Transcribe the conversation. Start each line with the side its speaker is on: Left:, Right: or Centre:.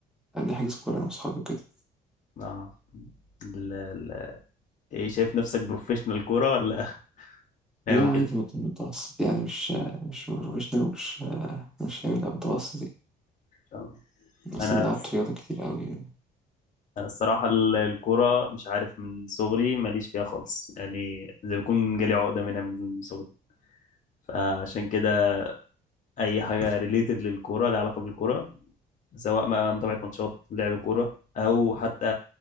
Centre: بنحجز كورة أنا وأصحابي وكده
Left: اه ال- ال- ايه شايف نفسك بروفيشنال كورة ولا <laughs> هاوي
Centre: لا
Left: كده؟
Centre: عادي مت- متوسط يعني مش مش بروفيشنال مش مش هاوي لا متوسط يعني
Left: آه.
Centre: أصلا
Left: انا
Centre: لعبت رياضة كتير أوي يعني.
Left: انا الصراحة ال- الكورة مش عارف من صغري ماليش فيها خالص يعني زي بكون جالي عقدة منها من صغري فعشان كده اي حاجة ريليتد للكورة لها علاقة بالكورة سواء ما متابعة ماتشات لعب كورة او حتى